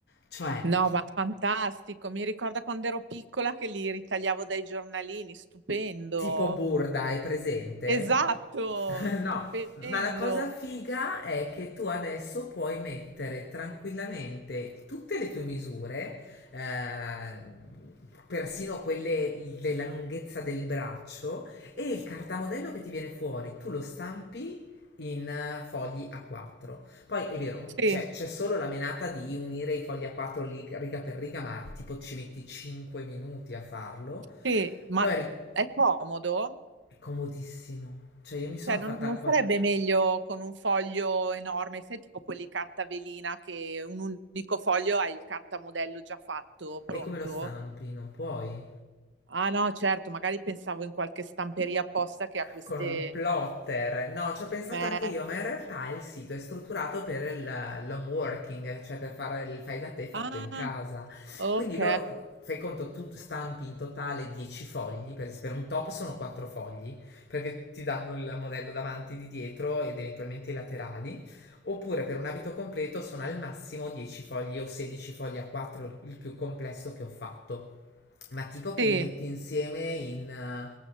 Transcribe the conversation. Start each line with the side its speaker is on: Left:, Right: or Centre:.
Left: Cioè,
Right: No, ma fantastico. Mi ricorda quando ero piccola che li ritagliavo dai giornalini, stupendo.
Left: tipo Burda, hai presente?
Right: Esatto,
Left: <laughs>
Right: stupendo.
Left: No, ma la cosa figa è che tu adesso puoi mettere tranquillamente tutte le tue misure, eh, persino quelle della lunghezza del braccio, e il cartamodello che ti viene fuori, tu lo stampi in eh, fogli A4. Poi è vero,
Right: Sì,
Left: c'è, c'è solo la menata di unire i fogli A4 li- riga per riga, ma tipo ci metti 5 minuti a farlo.
Right: sì, ma
Left: Poi eh,
Right: è comodo?
Left: è comodissimo. Cioè, io mi sono
Right: Cioè, non,
Left: fatta
Right: non
Left: qua.
Right: sarebbe meglio con un foglio enorme, sai, tipo quelli carta velina che un unico foglio hai il cartamodello già fatto, pronto?
Left: È come lo stampi, non puoi.
Right: Ah no, certo, magari pensavo in qualche stamperia apposta che ha queste...
Left: con un plotter. No, ci ho pensato
Right: Eh,
Left: anche io, ma in realtà il sito è strutturato per il l'home working, cioè per fare il fai da te fatto
Right: Ah,
Left: in casa.
Right: Ok,
Left: Quindi loro, fai conto, tu stampi in totale 10 fogli, per, per un top sono 4 fogli, perché ti danno il modello davanti, di dietro ed eventualmente i laterali. Oppure per un abito completo sono al massimo 10 fogli o 16 fogli a 4, il più complesso che ho fatto ma tipo che
Right: sì,
Left: li metti insieme in eh,